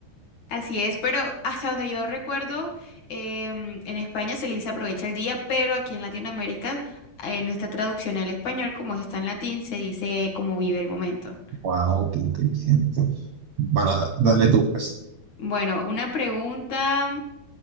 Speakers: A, on the left; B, on the right.
A: Así es, pero hasta donde yo recuerdo, em, en España se le dice aprovecha el día, pero aquí en Latinoamérica, eh, nuestra traducción al español, como eso está en latín, se dice como vive el momento.
B: Wow, qué inteligente. Bueno, da- dale tú, pues.
A: Bueno, una pregunta,